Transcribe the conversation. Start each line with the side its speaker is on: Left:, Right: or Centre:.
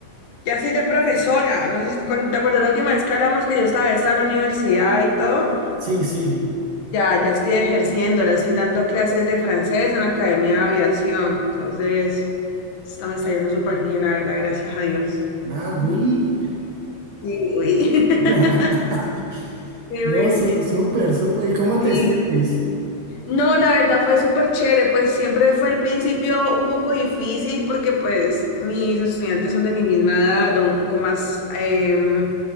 Left: Ya soy de profesora. No sé si con- te acuerdas la última vez que hablamos que yo estaba, estaba en la universidad y todo.
Right: Sí, sí.
Left: Ya, ya estoy ejerciendo, la estoy dando clases de francés en la Academia de Aviación. Entonces, esto me está yendo súper bien, la verdad, gracias a Dios.
Right: Ah, güey.
Left: Ujú. Sí, uy. <laughs>
Right: <laughs>
Left: Sí,
Right: No,
Left: uy.
Right: su- súper, súper. ¿Y cómo te
Left: Sí,
Right: sientes?
Left: No, la verdad fue súper chévere, pues siempre fue al principio un poco difícil porque pues mis estudiantes son de mi misma edad o un poco más em,